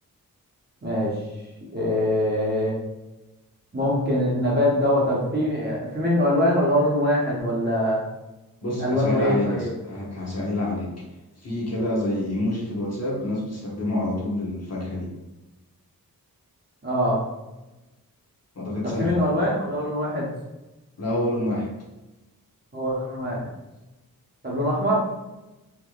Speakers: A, on the right; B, on the left.
A: ماشي إيه ممكن النبات دوت طب في في منه الوان ولا هو لون واحد ولا
B: بص
A: الوانه
B: هسهلها
A: ايه
B: عليك
A: طيب
B: هس- ه- هسهلها عليك في كده زي ايموجي في الواتساب الناس بتستخدمه على طول للفاكهة دي
A: اه
B: اعتقد
A: طب
B: سهلة
A: في منه
B: اهي
A: الوان ولا هو لون واحد
B: لا هو لون واحد
A: هو لون واحد طب لون احمر